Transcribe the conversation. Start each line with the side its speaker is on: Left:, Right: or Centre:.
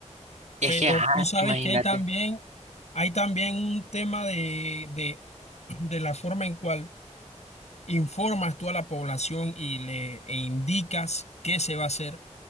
Right: Es
Left: Pero
Right: que, ajá,
Left: tú sabes
Right: imagínate.
Left: que hay también, hay también un tema de, de, de la forma en cual informas tú a la población y le e indicas qué se va a hacer.